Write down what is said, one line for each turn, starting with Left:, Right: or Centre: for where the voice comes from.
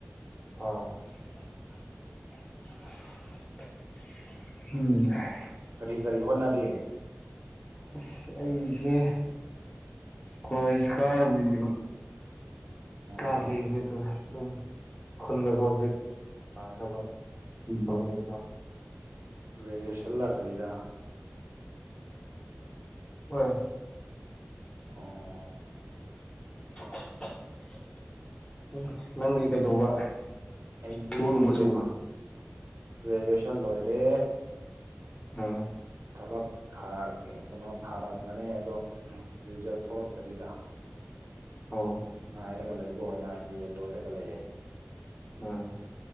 Left: ꯑꯣ <unintelligible>
Right: ꯀꯔꯤ ꯀꯔꯤ ꯍꯣꯠꯅꯔꯤ
Left: ꯑꯁ ꯑꯩꯁꯦ ꯀꯣꯂꯦꯖ ꯀꯥꯕꯤꯅꯦꯕ ꯀꯥꯔ
Right: ꯑꯣ
Left: ꯂꯩꯕꯅꯤꯗꯨꯒ ꯑꯗꯨꯝ ꯈꯨꯟꯗꯒ ꯍꯧꯖꯤꯛ ꯂꯥꯈ꯭ꯔꯕ <unintelligible>
Right: ꯒ꯭ꯔꯦꯖꯨꯌꯦꯁꯟ ꯂꯥ ꯀꯔꯤꯔ
Left: ꯍꯣꯏ
Right: ꯑꯣ
Left: <unintelligible> ꯅꯪꯗꯤ ꯀꯩꯗꯧꯕ
Right: ꯑꯩꯗꯤ
Left: ꯊꯕꯛꯒꯨꯝꯕ
Right: ꯒ꯭ꯔꯦ
Left: ꯁꯨꯕ꯭ꯔꯣ
Right: ꯒ꯭ꯔꯦꯖꯨꯑꯦꯁꯟ ꯂꯣꯏꯔꯦ
Left: ꯎꯝ
Right: ꯊꯕꯛ ꯀꯩꯅꯣ ꯊꯥꯔꯝꯕꯅꯦ ꯑꯗꯣ ꯔꯤꯖꯜ ꯊꯣꯂꯛꯇ꯭ꯔꯤꯗ
Left: ꯑꯣ
Right: ꯉꯥꯏꯔꯒ ꯂꯩꯕ ꯑꯣꯏꯅ ꯌꯦꯟ ꯂꯣꯏꯔꯒ ꯂꯩꯑꯦ
Left: ꯎꯝ